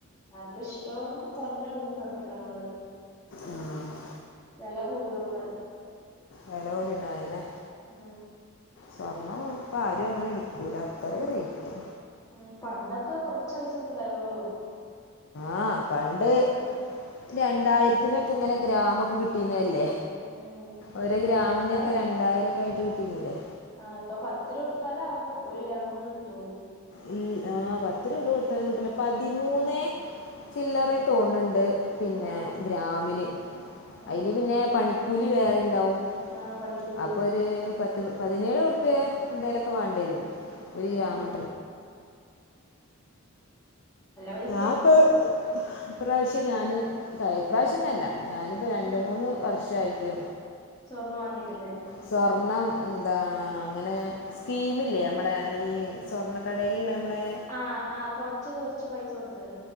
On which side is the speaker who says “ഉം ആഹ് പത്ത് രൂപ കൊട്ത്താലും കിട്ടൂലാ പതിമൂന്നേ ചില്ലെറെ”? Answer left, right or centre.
Left